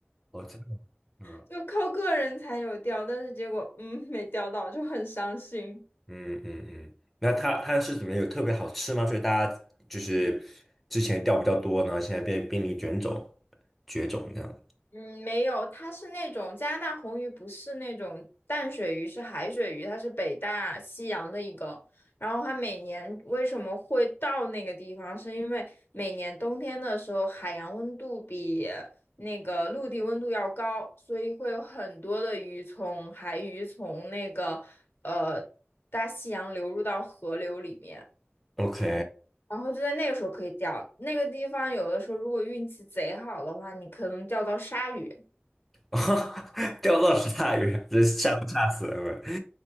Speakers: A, in the centre; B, on the left.
A: 哦，真的，嗯。
B: 就靠个人才有钓，但是结果嗯没钓到，就很伤心。
A: 嗯嗯嗯，那它它是怎么有特别好吃吗？所以大家就是之前掉比较多，然后现在变濒临绝种，绝种这样。
B: 嗯，没有，它是那种加拿大红鱼，不是那种淡水鱼，是海水鱼，它是北大西洋的一个。然后它每年为什么会到那个地方，是因为每年冬天的时候，海洋温度比那个陆地温度要高，所以会有很多的鱼从海鱼从那个呃大西洋流入到河流里面。
A: OK，
B: 然后就在那个时候可以钓，那个地方有的时候如果运气贼好的话，你可能钓到鲨鱼。
A: <laughs> 钓到十大鱼，这吓都吓死了。